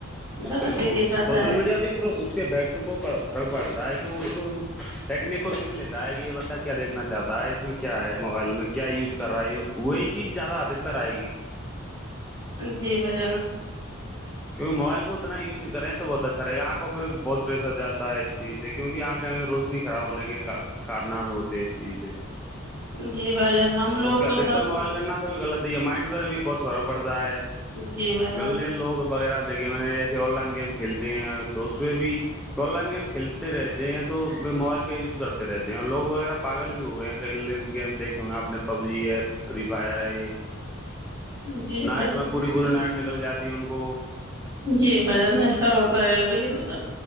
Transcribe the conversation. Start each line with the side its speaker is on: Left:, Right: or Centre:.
Right: غلط
Centre: بالکل
Right: ہی دکھاتا
Centre: سوشل میڈیا بھی اس کےیکٹ کو فرق پڑتا ہے کہ اس کو ٹیکنک کو دیکھ لیتا ہے کہ یہ بندہ کیا دیکھنا چاہتا ہے اس میں کیا ہے موبائل میں کیا یوز کر رہا ہے یہ وہی چیز زیادہ ادھکتر آئے گی
Right: جی بجانا
Centre: کیونک موبائل کو انا یو کریں تو بہت اچھا سر آنکھوں پہ بہت پریشر چلتا ہے اس چیز سے کیونوںہ آنکھیں میں روشنی خراب ہونے کے کارنامے ہوتے اس چیز سے
Right: جی بھائی جان ہم لوگ
Centre: کیونکہ
Right: کو
Centre: ادھکتر
Right: سم
Centre: موبائل کرنا تو بھی غلط مائنڈ پئر بھی بہت فرق پڑتا ہے
Right: جی بھائی جان
Centre: گلیں لو وغیرہ دیکھے نے جیسے آن لائن گیم کھیلتے ہیں تو اس پہ بھی آن لائن گیم کھیلتے رہتے ہیں تو موبائل کا یوز کرتے رہتے ہیں اور لوگ وغیرہ پاگل بھی ہو گئے ہیں لائن گیم دیکھے ہو گے آپ نے پب جی ہے فری فائر ہے یہ
Right: جی
Centre: نائٹ
Right: بھائی
Centre: میں پوری پوری نائٹ نکل جاتی ان کو
Right: جی بھجن ایسا ہوتا ہے لیکن